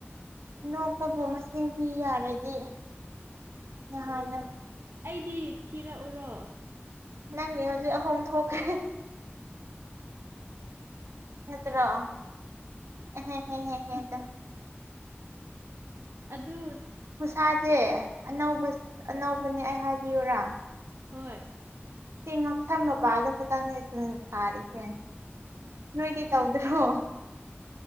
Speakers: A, on the right; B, on the right.
A: ꯅꯣꯛꯄꯕꯨ ꯃꯁꯤꯡ ꯊꯤ ꯌꯥꯔ ꯗꯤ ꯅꯍꯥꯟꯅ
B: ꯊꯣ ꯊꯤꯔꯛꯎꯔꯣ
A: ꯅꯪꯅꯦ ꯍꯧꯖꯤꯛ ꯑꯍꯨꯝ ꯊꯣꯛꯈ꯭ꯔꯦ ꯅꯠꯅꯇ꯭ꯔꯣ ꯑꯍꯦ ꯍꯦ ꯍꯦ ꯍꯦ ꯗꯣ
B: ꯑꯗꯨ
A: ꯇꯥꯗꯦ ꯑꯅꯧꯕ ꯑꯅꯧꯕꯅꯦ ꯑꯩ ꯍꯥꯏꯕꯤꯌꯨꯔꯥ
B: ꯍꯣꯏ
A: ꯆꯦꯡ ꯉꯛꯁꯝ ꯃꯄꯥꯗ ꯈꯛꯇꯪꯅꯦ ꯑꯗꯨ ꯁꯥꯔꯤꯁꯦ ꯅꯣꯏꯗꯤ ꯇꯧꯗ꯭ꯔꯣ